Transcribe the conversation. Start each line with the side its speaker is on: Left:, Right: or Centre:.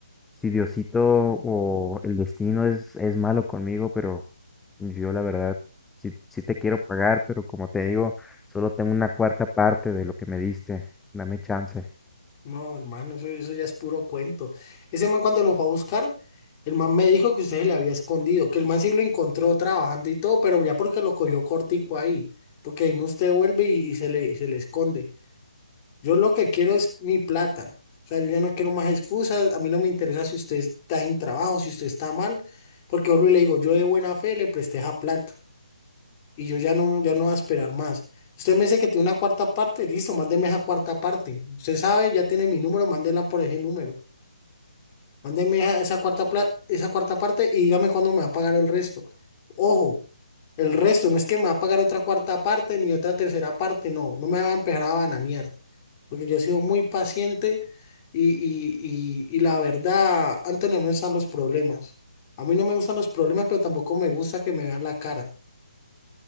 Centre: si Diosito o el destino es, es malo conmigo, pero yo la verdad sí, sí te quiero pagar, pero como te digo, solo tengo una cuarta parte de lo que me diste. Dame chance.
Left: No, hermano, eso, eso ya es puro cuento. Ese man cuando lo fue a buscar, el man me dijo que usted se le había escondido, que el man sí lo encontró trabajando y todo, pero ya porque lo cogió cortico ahí, porque ahí no usted vuelve y, y se le, se le esconde. Yo lo que quiero es mi plata. O sea, yo ya no quiero más excusas, a mí no me interesa si usted está en trabajo, si usted está mal, porque vuelvo y le digo, yo de buena fe le presté esa plata. y yo ya no, ya no voy a esperar más. Usted me dice que tiene una cuarta parte, listo, mándeme esa cuarta parte. Usted sabe, ya tiene mi número, mándela por ese número. Mándeme esa, esa cuarta pla- esa cuarta parte y dígame cuándo me va a pagar el resto. Ojo, el resto no es que me va a pagar otra cuarta parte ni otra tercera parte, no, no me va a empezar a bananear, porque yo he sido muy paciente y, y, y, y la verdad, antes no me gustan los problemas. A mí no me gustan los problemas, pero tampoco me gusta que me vean la cara.